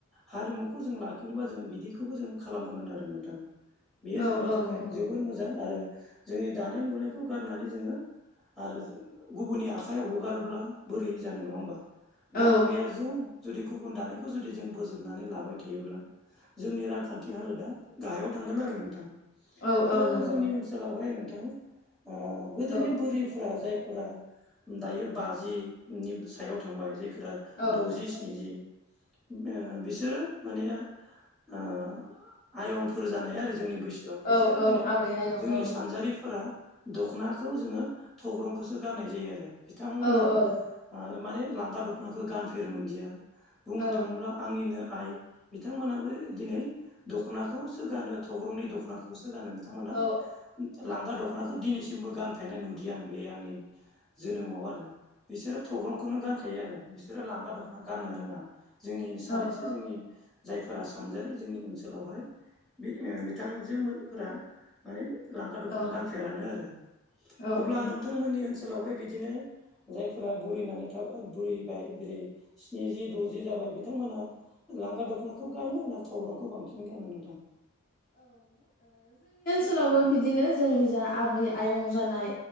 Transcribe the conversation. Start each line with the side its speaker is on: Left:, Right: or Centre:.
Centre: हारिमुखौ जों लाखिनोबा जों बिदिखौबो जों खालामनांगोन आरो नोंथां बेयो
Left: औ
Centre: जोंनि
Left: औ
Centre: थाखाय
Left: नंगौ
Centre: जोबोर मोजां आरो जोंनि दानाय लुनायखौ गारनानै जोङो आरो जोङो गुबुननि आखाइआव हगारोब्ला बोरै जानो नङा होमबा गानग्राया
Left: औ
Centre: जों जुदि गुबुन दानायखौ जुदि जों बोजोबनानै लाबाय थायोब्ला जोंनि रांखान्थि हालोदा गाहायाव थांगोन आरो नोंथां
Left: औ औ
Centre: आरो
Left: नंगौ
Centre: जोंनि ओनसोलावहाय नोंथां ओ गोदोनि
Left: औ
Centre: बोरिफ्रा जायफोरा दायो बाजि नि सायाव थांबाय जायफोरा
Left: औ
Centre: द'जि स्निजि ओ बिसोरो माने आ आयंफोर जानाय आरो जोंनि बैसोआव बिसोरो
Left: औ औ
Centre: दिनै
Left: आबै आयं
Centre: जोंनि
Left: औ
Centre: सानजारिफोरा दख'नाखौ जोङो थग्रंखौसो गाननाय जायो आरो बिथांमोना
Left: औ औ औ
Centre: ओ माने लांगा दख'नाखो गानफेर मोनदिया बुंनो
Left: औ
Centre: थाङोब्ला आंनिनो आइ बिथांमोनाबो दिनै दख'ना खौसो गानो थग्रंनि दख'नाखौसो गानो बिथांमोना
Left: औ
Centre: लांगा दख'नाखौ दिनैसिमबो गानफेरनाय नुदिआ बे आंनि जोनोमाव आरो बिसोरो थग्रंखौनो गानखायो आरो बिसोरो लांगा दख'ना गाननो रोङा । जोंनि सानैसो
Left: औ
Centre: जोंनि जायफोरा सानजारि जोंनि ओनसोलावहाय बि-बिथांजो मोनफोरा माने लांगा दख'ना
Left: औ
Centre: गानफेरानो आरो
Left: औ
Centre: अब्ला
Left: औ
Centre: नोंथांमोननि ओनसोलावहाय बिदिनो जायफोरा बुरिनानै थाबाय बुरैबाय जेरै स्निजि द'जि जाबाय बिथांमोनहा लांगा दख'नाखौ गानो ना थग्रंखौ बांसिन गानो नोंथां?
Left: सोलावबो बिदिनो जोंनि जा आबै आयं जानाय